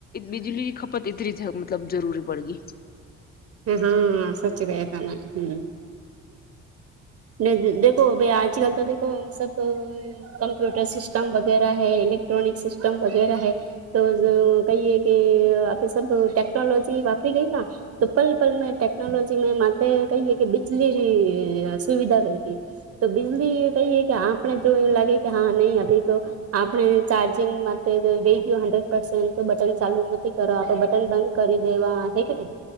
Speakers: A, on the left; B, on the right.
A: બિજલી ખપત એતરી જ મતલબ જરૂરી પડ ગઈ.
B: હા સાચી વા તમે હમ ને દ દેખો ભઈ આચી વાત નથી કર સબ <unintelligible> કમ્પ્યુટર સિસ્ટમ વગેરેૈ લેક્ટ્રોનિક સિસ્ટમ વગેરે હૈ તો કહીએ કે આપે શ તો ટેકનોલોજી વાપરી ગય. તો પલ પલ મે ટેકનોલોજી મે મા કહીએ કે બીજલી સુવિધા થઈ ગઈ. તો બીજલી કહીએ કે આપણે જો એવું લાગે કે હા નહીં અી તો આપણે ચાર્જિંગ માટે લઈ ગયું હન્ડ્રેડ પસે તો બટન ચાલુ નથી કરો બટન બંધ કરી દેવા હે કે નહી